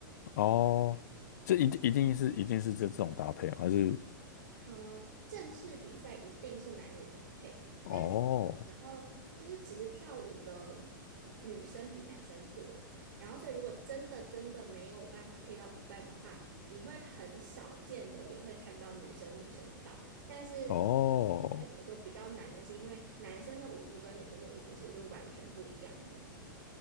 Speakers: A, on the left; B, on the right.
A: 哦，这一定一定是一定是这这种搭配哦，还是
B: 呃，正式比赛一定是男女搭配，
A: 哦
B: 但是因为有时候就是其实跳舞的女生比男生多，然后所以如果真的真的没有办法配到舞伴的话，你会很少见的也会看到女生女生跳，但是
A: 哦
B: 对女生来说比较难的是因为男生的舞步跟女生的舞步其实是完全不一样的。